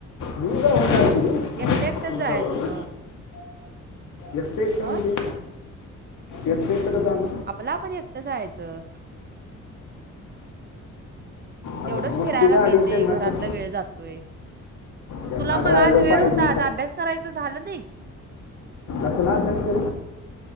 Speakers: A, on the left (about 80°); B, on the right (about 35°).
A: मी जाऊन काय करू तुमच्या
B: एकटं एकटंच जायचं
A: बरोबर?
B: मग
A: एकटं एकटं म्हणजे,
B: अ
A: एकटं एकटं कसं आण
B: आपला आपण एक जायचं
A: अगं
B: तेवढंच
A: मोठी
B: फिरायला
A: गाडी
B: मिळतेय
A: त्यांना
B: घरातला
A: असं
B: वेळ जातोय
A: त्यांना
B: तुला मग
A: ड्रायव्हर
B: आज वेळ
A: पाहिजे
B: होता आ अभ्यास करायचं झालं नाही
A: अस सला भते